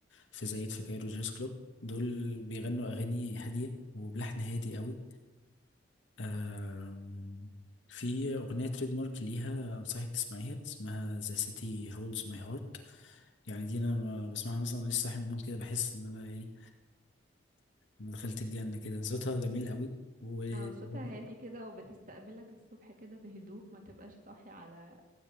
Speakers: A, on the left; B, on the right.
A: في زايد في كايرو جاز كلوب دول بيغنوا أغاني هادية وبلحن هادي قوي آم، في أغنية تريد مارك ليها أنصحك تسمعيها اسمها The City Holds My Heart يعني دي أنا ما بسمعها مثلا وأنا لسه صاحي من النوم كده بحس إن أنا يعني أنا دخلت الجنة كده صوتها جميل قوي وهادي
B: اه صوتها هادي كده وبتستقبلك الصبح كده بهدوء ما تبقاش صاحي على